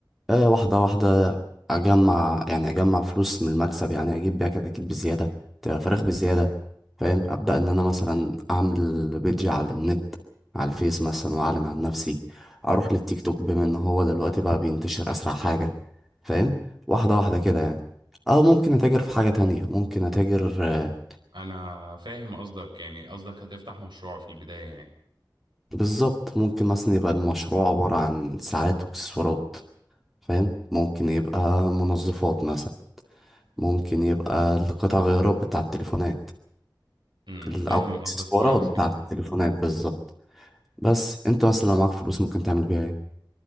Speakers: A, in the centre; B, on the right.
A: آه، واحدة واحدة أجمع يعني أجمع فلوس من المكسب يعني أجيب بيها كتاكيت بزيادة تبقى فراخ بزيادة فاهم أبدأ إن أنا مثلا أعمل بيدج على النت على الفيس مثلا وأعلن عن نفسي أروح للتيك توك بما إن هو دلوقتي بقى بينتشر أسرع حاجة فاهم واحدة واحدة كده يعني أو ممكن أتاجر في حاجة تانية ممكن أتاجر آه،
B: انا فاهم قصدك يعني قصدك هتفتح مشروع في البداية يعني
A: بالظبط ممكن مثلا يبقى المشروع عبارة عن ساعات وإكسسوارات فاهم ممكن يبقى منظفات مثلا ممكن يبقى القطع غيارات بتاع التليفونات
B: امم
A: ال-
B: فاهم
A: أو الإكسسوارات
B: قصدك كويس
A: بتاع
B: جدا
A: التليفونات بالظبط بس أنت مثلا لو معاك فلوس ممكن تعمل بيها إيه؟